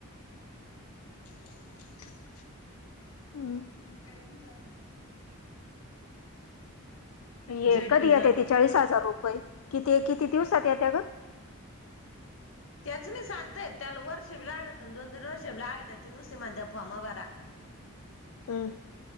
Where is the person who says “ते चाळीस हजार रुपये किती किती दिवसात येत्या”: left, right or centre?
Left